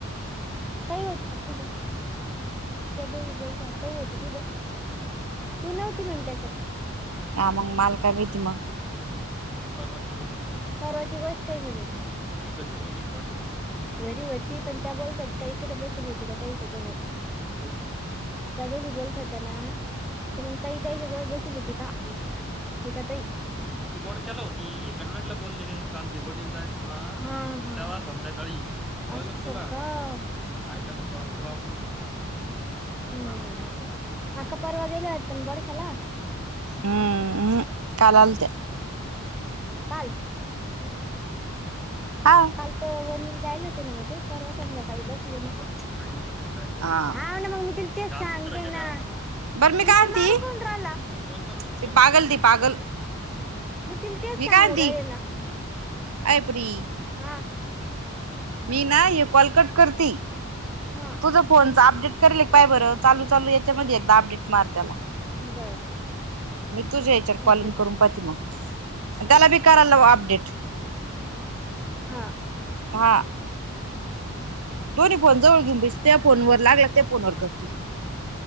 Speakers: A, in the centre; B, on the right.
A: काय वापर <unintelligible> त्या दोघी बोलती आता <unintelligible> तू नव्हती म्हण त्याच्यात
B: ह मंग माला काय माहिती म
A: परवाची गोष्ट ये, परवाची गोष्ट आहे म्हणे, तिकडची नव्हती का <unintelligible> घरी होती पण त्या बोलत्यात का इकडें बश <unintelligible> होती का त्या <unintelligible> जवळ, कुट? त्या दोघी बोलत्या त्या ना, हा तर मंग काई काई हेज्या वर बसवली होती का? कोणती? गीता तई, ती बोड केला होती, हे कन्नडला बोलले के काल ते वनीला जायाच होत ना, हा हा, तेव्हा संध्याकाळी अस का, <unintelligible> ऐका प्रॉर प्रॉब्लेम येत <unintelligible> अम्म्म <unintelligible> अक्का परवा गेल्या वाडत ना बडश्याला
B: हम्म उहू काल आलत्या
A: काल
B: हा
A: काल तर वनीला जायल होते ना ग ते, परवा संध्याकाळी बस <unintelligible> परवा संध्याकाळी वनीला जायचं होत,
B: हा
A: हौ ना मंग मी तिला तेच सांगते ना, काल तिकड गेलं असन मग तुम्हाला
B: बरं मी काय म्हणती
A: मारू कोण राहिला? तु बोलता ना
B: ते
A: काय
B: पागल
A: <unintelligible> बोल
B: ती पागल
A: मी तिल तेच
B: मी काय
A: सांगू
B: म्हणती
A: राहिले ना
B: अय पुरी
A: हा.
B: मी ना ह्य कॉल कट करती,
A: हा
B: तुझ फोन च अपडेट करेल का पाय बरं, चालू चालू याच्यामध्ये एकदा अपडेट मार त्याला
A: बर
B: मी तुझ्या याच्यावर
A: अपडेट
B: कॉलिंग करून पाहती मग त्याला भी कराय लाव अपडेट
A: हा.
B: हा. दोन्ही फोन जवळ घेऊ बैस, त्या फोन वर लागला त्या फोन वर करती